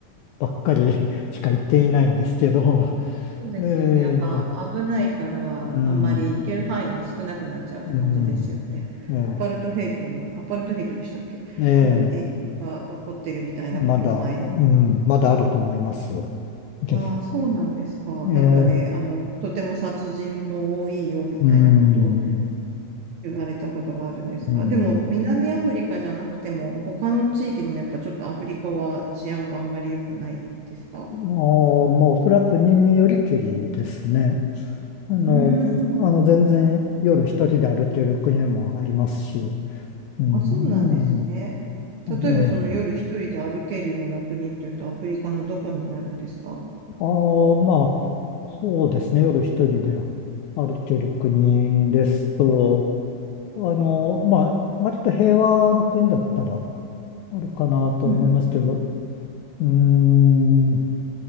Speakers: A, on the left; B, on the right.
A: ばっかり <laughs> しか行っていないんですけど、
B: そうですよね。
A: ええね、
B: やっぱあ危ないから、
A: うん、
B: あんまり行ける範囲も少なくなっちゃうって感じですよね。
A: うん、え
B: アパルトヘイトの、アパルトヘイトでしたっけの影響が残ってるみたいなことを前に。
A: えええまだ、うん、まだあると思います。げ
B: ああ、そうなんですか。
A: ええ
B: なんかね、あの、とても殺人も多いよみたいなことを
A: うん、
B: 言われたことがあるんですが、
A: うん
B: でも南アフリカじゃなくても、他の地域でもやっぱちょっとアフリカは治安があんまり良くないですか
A: あーもうそれは国によりきりですね。あの、
B: うーん。
A: あの全然夜一人で歩ける国もありますし、うん、
B: あ、そうなんですね。
A: う
B: 例えばその夜一人で歩けるような国っていうとアフリカのどこになるんですか
A: ん、ええ、ああ、まあ、そうですね、夜一人で歩ける国ですと、あの、まあ、割と平和な国だったらあるかなと思いますけど、
B: うん。
A: うーん、